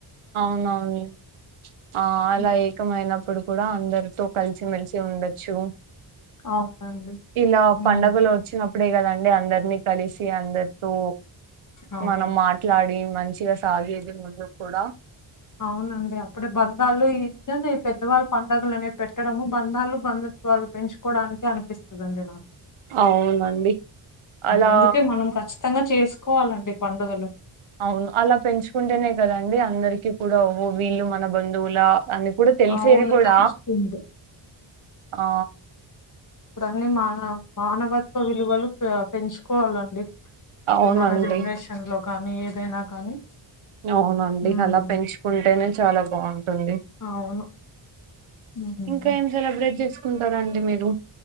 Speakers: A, on the right; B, on the left.
A: అవున్ అవుని ఆ అలా
B: ఉమ్,
A: ఏకమైనప్పుడు కూడ అందరితో కలిసిమెలిసి ఉండొచ్చు
B: అవునండి
A: ఇలా
B: ఉమ్
A: పండగలు వచ్చినప్ అప్పుడే కదండి అందరినీ కలిసి అందరితో
B: అవును
A: మనం మాట్లాడి మంచిగ సాగేది ముందు కూడా
B: అవునండి అప్పుడే బంధాలు ఇ పెద్దవాళ్ళు పండుగలనేవి పెట్టడము బంధాలు బందు త్వాలు పెంచుకోవడానికె అనిపిస్తదడి నాకు
A: అవునండి అలా
B: అందుకే మనం ఖచ్చితంగా చేసుకోవాలండి పండుగలు
A: అవును అల పెంచుకుంటేనే కదండి అందరికి కూడ ఓహో వీళ్ళు మన బంధువుల అని కూడ తెలిసేది
B: అవును.
A: కూడ
B: తెలుస్తుంది.
A: ఆ
B: ఇప్పుడన్ని మాన మానవత్వ విలువలు పెంచుకోవాలండి ఇప్పుడు
A: అవునండి
B: మన జెన్రేషన్ లో కానీ ఏదైన కానీ
A: అవునండి
B: హ్మ్.
A: అల పెంచుకుంటేనే చాల బావుంటుంది
B: అవును. హుహుహు.
A: ఇంకేం సెలబ్రేట్ చేసు కుంటారండి మీరు